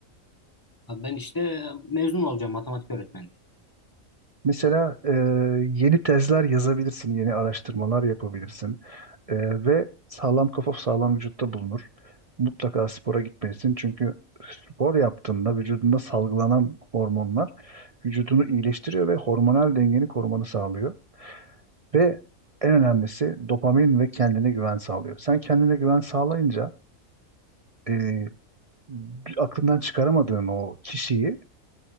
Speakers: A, on the left; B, on the right.
A: Abi ben işte mezun olacağım matematik öğretmeni.
B: Mesela e, yeni tezler yazabilirsin. Yeni araştırmalar yapabilirsin. E, ve sağlam kafa sağlam vücutta bulunur. Mutlaka spora gitmelisin. Çünkü spor yaptığında vücudunda salgılanan hormonlar vücudunu iyileştiriyor ve hormonal dengeni korumanı sağlıyor. Ve en önemlisi dopamin ve kendine güven sağlıyor. Sen kendine güven sağlayınca e, aklından çıkaramadığın o kişiyi,